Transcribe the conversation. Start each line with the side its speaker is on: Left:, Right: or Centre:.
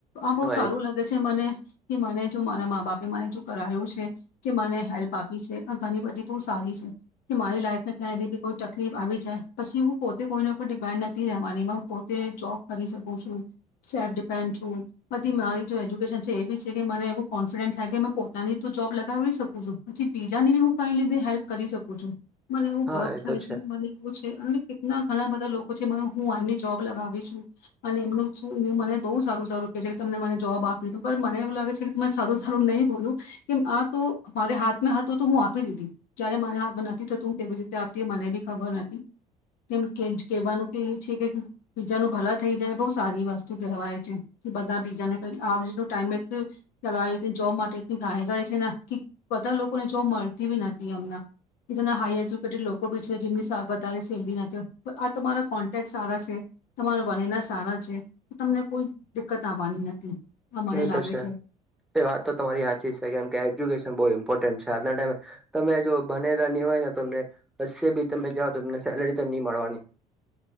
Left: આ બહુ
Centre: હા
Left: સારું
Centre: એ
Left: લાગે છે મને. કે મને જો મારા મા બાપે મને જો કરાવે. જે મને હેલ્પ આપી છે. આ ઘણી બધી બહુ સારી છે કે મારી લાઈફને ક્યાંયથી બી કોઈ તકલીફ આવી જાય, પછી હું પોતે કોઈને ઉપર ડિપેન્ડ નથી રહેવાની. હું પોતે જોબ કરી શકું છું, સેલ્ફ ડિપેન્ડ છું. બધી મારી જો એજ્યુકેશન છે, એ બી છે કે માને એવું કોન્ફિડન્ટસ થાય છે મેં પોતાની જ તો જોબ લગાવીડી શકું છું. પછી બીજાને બી હું કઈ લીધે હેલ્પ કરી શકું છું. મને એવું
Centre: હા
Left: ગવ
Centre: એ
Left: થાય
Centre: તો
Left: છે. મને એવું છે, અને કેટલા ઘણા બધા લોકો છે. હું આમની જોબ લગાવી છું અને એમનું મને બહુ સારું-સારું કે છે કે, તમને મને જોબ આપી. પણ મને એવું લાગે છે કે, તમે સારું-સારું નહીં બોલુ કેમ? આ તો મારે હાથમાં હતું, તો હું આપી દીધી. જ્યારે મારે હાથમાં નથી થતું, હું કેવી રીતે આપતી? મને બી ખબર નથી. કેમ કે કેહેવાનું કે છે કે બીજા ને ભલું થઈ જાય, બહુ સારી વસ્તુ કહેવાય છે. કે બધા બીજાને ક આ ટાઈમ ચાવ જોબ માટે ગાય ગ છે ના કી બધા લોકોને જો મળતી બી નથી અમના જેના હાઈ એજ્યુકેટેડ લોકો બી છે, જેમની વધારે સેલેરી નથી. આ તમારા કોન્ટેક સારા છે, તમારા <unintelligible> સારા છે. તમને કોઈ દિકકત આવવાની નથી. આ મને
Centre: એ તો
Left: લાગે
Centre: છે. એ વાત તો તમારી હયાચી છે, કેમ કે એજ્યુકેશન બહુ ઇમ્પોર્ન્ટ છે. આજના ટાઈમે તમે જો ભનેલા નહીં હોય ને તમને કસે બી તમે જાવ તો તમને સેલેરી નહીં મળવાની.